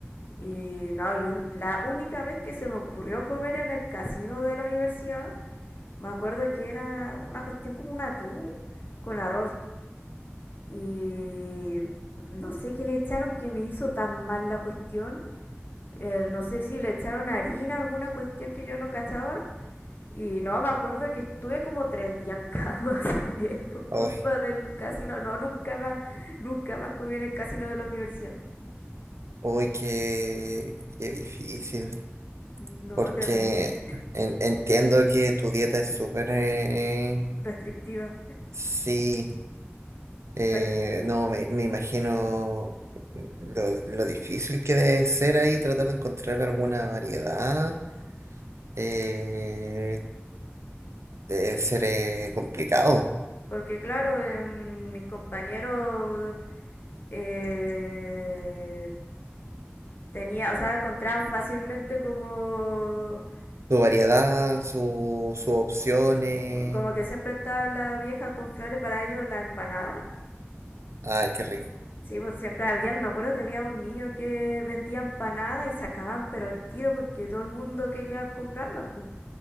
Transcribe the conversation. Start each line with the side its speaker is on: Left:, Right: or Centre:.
Left: y no, y un- la única vez que se me ocurrió comer en el casino de la universidad, me acuerdo que era una cuestión como un atún con arroz. Y no sé qué le echaron que me hizo tan mal la cuestión. Eh, no sé si le echaron harina, alguna cuestión que yo no cachaba. Y no, me acuerdo que estuve como tres días en cama, <laughs> ¿sabes? Por
Right: Uy,
Left: culpa del casino. No, nunca más, nunca más comí en el casino de la universidad.
Right: uy, qué, qué difícil.
Left: No,
Right: Porque
Left: terrible. <laughs>
Right: en- entiendo que tu dieta es súper... eh,
Left: Restrictiva.
Right: sí. eh,
Left: Pero-
Right: no, me, me imagino lo, lo difícil que debe ser ahí tratar de encontrar alguna variedad. eh, debe ser eh, complicado.
Left: porque claro, em, mis compañeros eh, tenía, o sea, encontraban fácilmente como
Right: Su variedad, su- sus opciones.
Left: Como que siempre estaba la vieja confiable para ellos, la empanada.
Right: Ay, qué rico.
Left: Sí, pues siempre había, me acuerdo que había un niño que vendía empanadas y se acababan, pero al tiro porque todo el mundo quería comprarlas, pues.